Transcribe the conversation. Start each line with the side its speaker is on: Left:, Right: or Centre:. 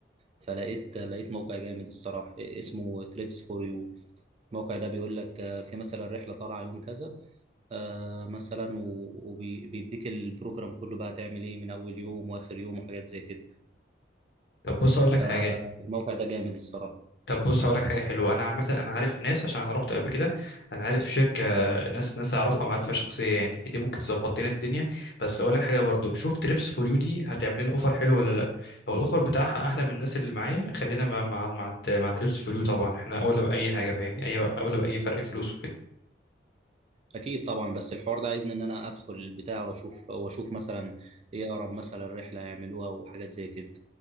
Right: فلقيت لقيت موقع جامد الصراحه اسمه تريبس فور يو الموقع ده بيقول لك آه، في مثلا رحله طالعه يوم كذا آه، مثلا وبيديك البروجرام كله بقى تعمل ايه من اول يوم واخر يوم وحاجات زي كده
Left: طب بص أقول
Right: فالموقع
Left: لك حاجة
Right: ده جامد الصراحه
Left: طب بص هقول لك حاجه حلوه انا عامه انا عارف ناس عشان انا رحت قبل كده انا عارف شركه ناس ناس اعرفها معرفه شخصيه يعني دي ممكن تظبط لنا الدنيا بس اقول لك حاجه برضو شوف تريبس فور يو دي هتعمل لنا اوفر حلو ولا لا لو الاوفر بتاعها احلى من الناس اللي معايا خلينا مع مع مع, مع تريبس فور يو طبعا احنا اولى باي حاجه فاهمني ايوه اولى باي فرق فلوس وكده
Right: اكيد طبعا بس الحوار ده عايزني ان انا ادخل البتاع واشوف واشوف مثلا ايه اقرب مثلا رحله هيعملوها وحاجات زي كده